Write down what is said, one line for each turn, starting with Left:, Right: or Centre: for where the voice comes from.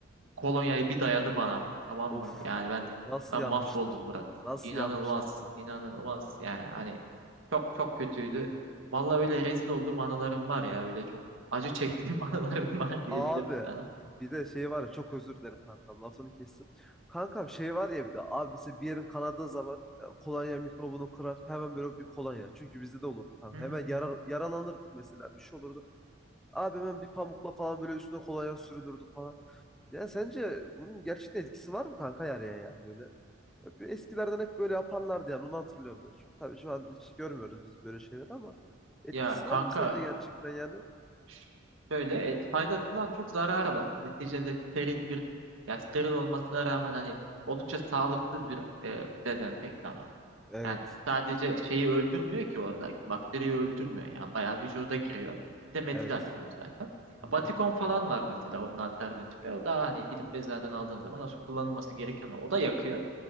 Right: Kolonyayı bir dayadı bana. Tamam
Centre: Of
Right: mı? Yani ben
Centre: nasıl
Right: ben
Centre: yanmıştır?
Right: mahvoldum Murat.
Centre: Nasıl
Right: İnanılmaz,
Centre: yanmıştır kanka?
Right: inanılmaz yani hani çok çok kötüydü. Vallahi öyle rezil olduğum anılarım var ya öyle çok acı çektiğim <laughs> anılarım var diyebilirim
Centre: Abi
Right: sana.
Centre: bir de şey var ya çok özür dilerim kankam lafını kestim. Kankam şey var ya bir de abi mesela bir yerin kanadığı zaman e, kolonya mikrobunu kırar hemen böyle bir kolonya. Çünkü bizde de olurdu kanka
Right: Hmm.
Centre: hemen yara- yaralanırdık mesela bir şey olurdu. Abi hemen bir pamukla falan böyle üstüne kolonya sürdürdü falan. Ya sence bunun gerçekten etkisi var mı kanka yaraya ya böyle? Hep eskilerden hep böyle yaparlardı yani onu hatırlıyorum ben. Çünkü Tabii şu an hiç görmüyoruz biz böyle şeyler ama etkisi
Right: Ya kanka
Centre: var mı sence gerçekten yani?
Right: ş- şöyle et faydasından çok zararı var. Neticede steril bir ya steril olmasına rağmen hani oldukça sağlıksız bir e, dezenfektan o.
Centre: Evet.
Right: Yani sadece şeyi öldürmüyor ki oradaki. Bakteriyi öldürmüyor. Yani bayağı vücuda giriyor. Bir de metil
Centre: Evet.
Right: alkol zaten.
Centre: Hı
Right: Batikon
Centre: hı.
Right: falan var mesela onun alternatifi. O da hani gidip eczaneden aldığın zaman nasıl kullanılması gereken o. O da yakıyor.